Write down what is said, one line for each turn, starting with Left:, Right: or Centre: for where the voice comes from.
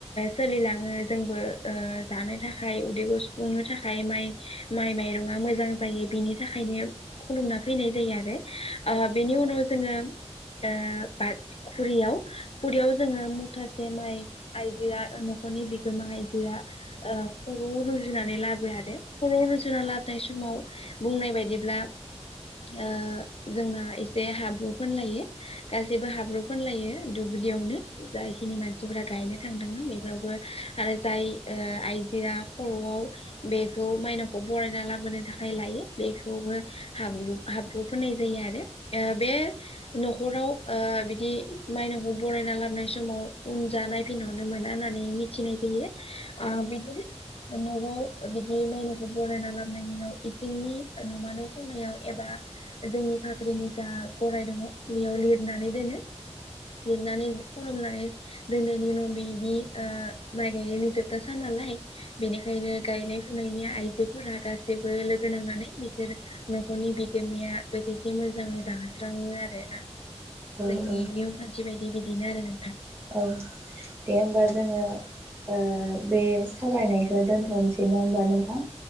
Left: सोलिलाङो जोंबो ओ जानो थाखाय उदैखौ सुफुंनो थाखाय माइ माइ माइरङा मोजां जायो बिनि थाखायनो खुलुमना फैनाय जायो आरो
Right: औ
Left: आ बेनि उनाव जोङो ओ बा-खुरियाव खुरियाव जोङो मुथासे माइ आइजोआ न'खरनि बिगोमा आइजोआ खर रुजुनानै लाबो आरो खर' रुजुना लाबोनाय समाव बुंनाय बायदिब्ला ओ जोंना एसे हाब्रु फोनलायो गासैबो हाब्रु फोनलायो दुब्लियावनो जायखिनि मानसिफोरा गायनो थांदोंमोन बे आरो जाय आइजोआ खरआव बेखौ मायनावखौ बरायना लाबोनो थाखाय लायो बेखौबो हाब्रुब हाब्रुब फुन्नाय जायो आरो बे नखराव ओ बिदि मायनावखौ बरायना लाबोनाय समाव उनजा नायफिनहरनो मोना होननानै मिथिनाय जायो ओ बिदिनो नआव बिदि मायनावखौ बरायना लाबोननायनि उनाव इसिंनि ओ नमा न खनायाव एबा जोंनि फाख्रिनि जा गराय दङ बेयाव लिरनानै दोनो लिरनानै खुलुमनानै दोननायनि उनाव बिनि ओ माइ गायनायनि जोबथा सान नालाय बेनिखायनो गायनाय फुनायनि आइजोफोरा गासैबो लोगो नांनानै बिसोर न'खरनि बिगोमाया बोथिसे मोजाङै जास्राङो आरोना
Right: औ
Left: जोंनि
Right: औ
Left: नेमखान्थि बायादि बि बेनो आरो नोंथां
Right: औ दे होमबा जोङो ओ बे सावरायनायखौ दोनथनोसै न होमबा नोंथां